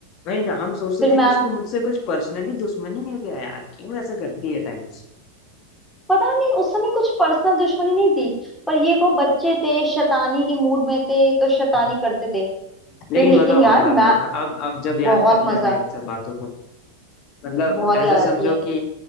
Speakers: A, on the left (about 40°); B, in the centre.
A: वही ना हम सोचते
B: फिर मैम
A: थे कि इसको मुझसे कुछ पर्सनली दुश्मनी है क्या यार क्यों ऐसा करती है टाइप से
B: पता नहीं उस समय कुछ पर्सनल दुश्मनी नहीं थी पर ये को बच्चे थे शैतानी के मूड में थे तो शैतानी
A: हाँ,
B: करते थे
A: लेकिन
B: फिर लेकिन
A: मजा
B: यार
A: बहुत आता
B: मैं
A: था अब अब जब याद
B: बहुत
A: करते
B: मजा
A: हैं ना इन सब बातों को मतलब
B: बहुत
A: ऐसा
B: याद आती
A: समझो
B: है
A: कि